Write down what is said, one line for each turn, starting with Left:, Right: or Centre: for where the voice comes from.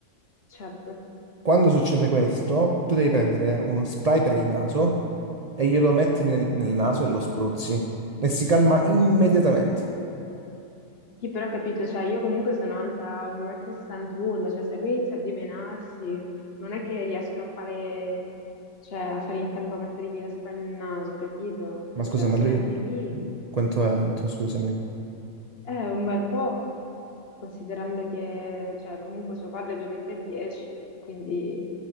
Left: Certo.
Right: Quando succede questo, tu devi prendere uno spray per il naso e glielo metti nel, nel naso e lo spruzzi. E si calma immediatamente.
Left: Sì, però ho capito, cioè io comunque sono alta 1,61 m, cioè se lui inizia a dimenarsi non è che riesco a fare, cioè, a fare in tempo a mettergli la spalla nel naso, capito?
Right: Ma scusa,
Left: Cioè
Right: ma
Left: se
Right: lui
Left: si mette lì
Right: quanto è alto? Scusami,
Left: è un bel po' considerando che, cioè, comunque suo padre è 2,310 m, quindi